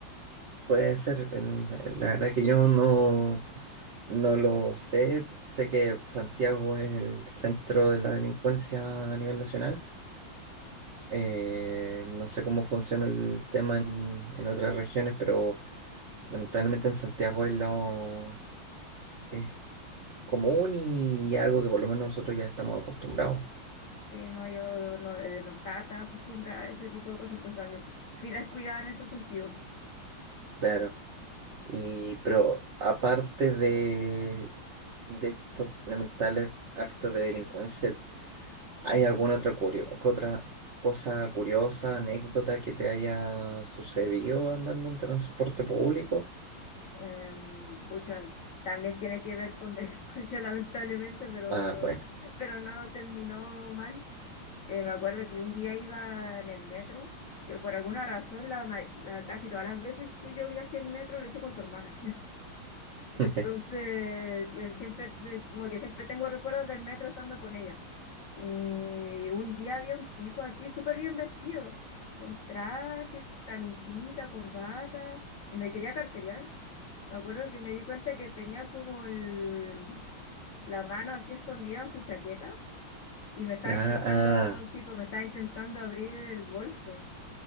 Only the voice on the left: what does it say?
Sí, no, yo no, eh, no estaba tan acostumbrada a ese tipo de cosas, entonces también fui descuidada en ese sentido.
Em, pucha, también tiene que ver con <laughs> delincuencia, lamentablemente, pero,
pero no terminó mal. Eh, me acuerdo que un día iba en el metro, que por alguna razón, la, ma- la- casi todas las veces que yo viajé en metro lo hice con tu hermana. Entonces,
eh, siempre, eh, como que siempre tengo recuerdos del metro estando con ella. Y un día había un tipo así, súper bien vestido, con traje, con camisita, corbata, y me quería carterear. Me acuerdo que me di cuenta que tenía como el- la mano así escondida en su chaqueta y me estaba
intentando,
sí, pues me estaba intentando abrir el bolso.